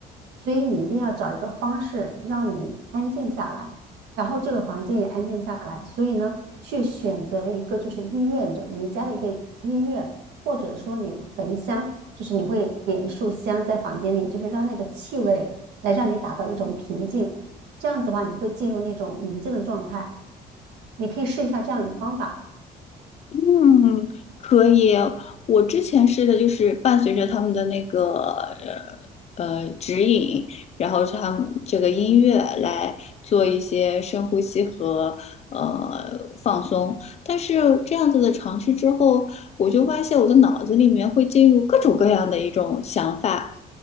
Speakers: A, on the right; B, on the left.
A: 所以你一定要找一个方式让你安静下来，然后这个房间也安静下来。所以呢，去选择一个就是音乐者，瑜伽的一个音乐，或者说你焚香，就是你会点一束香在房间里，就是让那个气味来让你达到一种平静。这样子的话，你会进入那种宁静的状态。你可以试一下这样一个方法。
B: 嗯，可以。我之前试的就是伴随着他们的那个呃呃指引，然后是他们这个音乐来做一些深呼吸和呃放松。但是这样子的尝试之后，我就发现我的脑子里面会进入各种各样的一种想法，